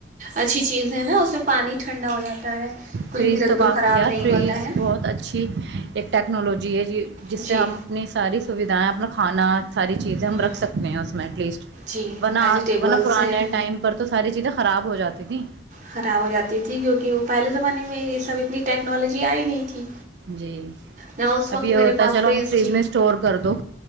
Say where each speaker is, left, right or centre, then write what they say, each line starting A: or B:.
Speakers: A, on the right; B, on the right.
A: اچھی چیز ہے نا اس میں پانی ٹھنڈا ہو جاتا ہے کچھ
B: فریج
A: بھی رکھ
B: تو
A: دو
B: کافی
A: خراب
B: یار
A: نہیں
B: فریز
A: ہوتا ہے
B: بہت اچھی ایک ٹیکنالوجی جی جی جس
A: جی
B: سے ہم اپنی ساری سویدھائیں اپنا کھانا ساری چیزیں ہم
A: ہوں
B: رکھ سکتے ہیں اس میں ایٹ لیسٹ
A: جی
B: ورن
A: ویجیٹیبلس
B: نہ پرانے
A: ہیں
B: ٹائم پر تو ساری چیزیں خراب ہو جاتی تھی
A: خراب ہو جاتی تھی کیونکہ کی پہلے زمانے میں یہ سب اتنی ٹیکنالوجی آئی نہیں تھی
B: جی
A: نہ اس وقت
B: اب یہ ہوتا
A: میرے پاس
B: ہے چلو ہم فریج
A: تھی
B: میں اسٹور کر دو